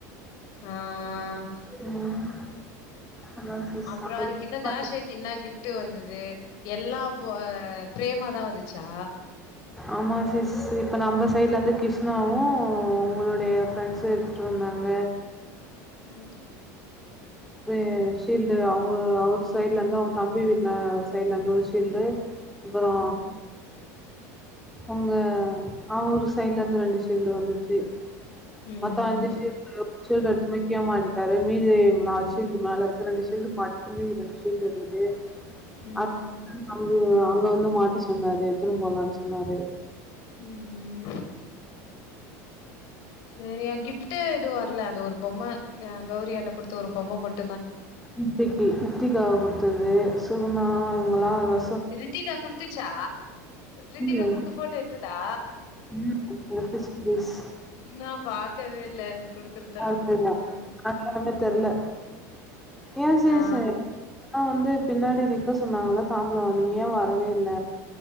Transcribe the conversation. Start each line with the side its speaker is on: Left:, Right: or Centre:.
Left: ஆஹ்
Centre: ம் அதான் சிஸ்
Left: அப்ரோ அதுக்கு என்ன தாஷக்கு என்ன கிஃப்ட் விட்டு வந்தது எல்லா போ பிரே மா தா வந்துச்சா
Centre: ஆமா சிஸ் இப்ப நம்ம சைடுல இருந்து கிருஷ்ணாவு உங்களுடைய ஃப்ரெண்ட்ஸு எடுத்துட்டு வந்தாங்க
Left: ம்
Centre: ரே ஷீல்டு அவுங்க அவர் சைடுலருந்து அவங்க கம்பி வீட்டுல சைடுல இருந்து ஒரு ஷீல்டு அப்பறோ
Left: ம்
Centre: உங்க அவரு சைடுல இருந்து ரெண்டு ஷல்டு வந்துச்சு
Left: ம்
Centre: மொத்தோ அஞ்சு ஷீல்குளியோ ஷீல்டு அடுத்துமி கியே மாட்டிடாரு மீதி நாலு ஷீல்டு மேல இருக்கு ரெண்டு ஷீல்டு மாட்டிட்டு மீதி ரெண்டு ஷீல்டு இருக்குது
Left: ம்
Centre: அத் அம்மியா அவுங்க வந்து மாட்ட சொன்னாரு எடுத்துனு போலானு சொ ன்னாறு
Left: உம் சேரிய கிஃப்ட் எதுவு வரல அந்த ஒரு பொம்ம அ கௌரியாண்டா குடுத்து ஒரு பொம்ம மட்
Centre: ம் அத்தகி ரித்திகா குடுத்தது சுகுனாவு இவங்கல்லா வந்
Left: ரித்திகா குடுத்துச்சா ரித்திகா
Centre: ம்
Left: குடுத்து போட்டோ எடுத்துதா
Centre: எல் கே ஜி ஃபீஸ்
Left: நா பாக்கவே இல்ல குடுக்குறதெல்லாம்.
Centre: அதுலா
Left: ம்
Centre: அப்பறமே தெர்ல ஏன் சிஸ்
Left: ஆ
Centre: சே க்கா வந்து பின்னாடி நிக்க சொன்னாங்கல்ல தாம்பூலோ வங்க நீங்க ஏ வரவே இல்ல